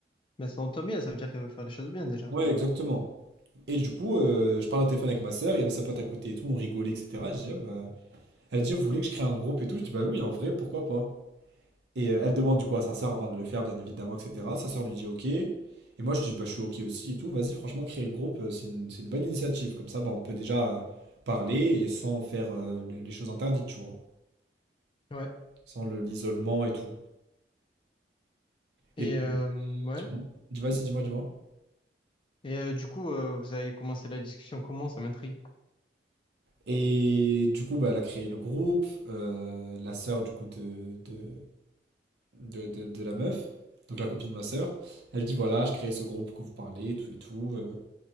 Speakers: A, on the left (about 30°); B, on the right (about 65°).
A: Mais ça entend bien, ça veut dire qu'elle va faire les choses bien déjà.
B: Ouais, exactement. Et du coup, euh, je parle au téléphone avec ma sœur, il y avait sa pote à côté et tout, on rigolait, etc. Je dis, ah bah, elle dit, vous voulez que je crée un groupe et tout? Je dis, bah oui, en vrai, pourquoi pas? Et euh, elle demande du coup à sa sœur avant de le faire, bien évidemment, etc. Sa sœur lui dit OK. Et moi, je dis, bah, je suis OK aussi et tout. Vas-y, franchement, créer le groupe, euh, c'est une, c'est une bonne initiative. Comme ça, bah, on peut déjà euh, parler et sans faire euh, les, les choses interdites, tu vois.
A: Ouais.
B: Sans le- l'isolement et tout.
A: Et
B: Et puis,
A: euh, ouais.
B: dis-moi, dis- vas-y, dis-moi, dis-moi.
A: Et euh, du coup, euh, vous avez commencé la discussion comment? Ça m'intrigue.
B: Et du coup, bah, elle a créé le groupe. euh, la sœur, du coup, de, de, de, de- de la meuf, donc la copine de ma sœur, elle dit, voilà, je crée ce groupe pour que vous parlez, tout et tout. euh,